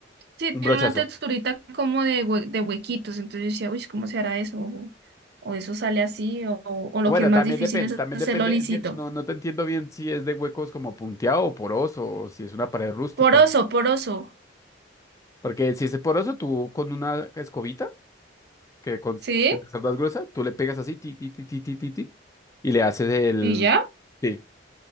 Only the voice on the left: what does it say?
un
brochazo.
Bueno,
también
depende,
también
depende,
es que no, no te entiendo bien si es de huecos como punteado o poroso, o si es una pared rústica.
Porque si es poroso, tú con una escobita, que con
que te cerdas gruesa, tú le pegas así, ti, ti, ti, ti, ti, ti, ti, y le haces el,
sí,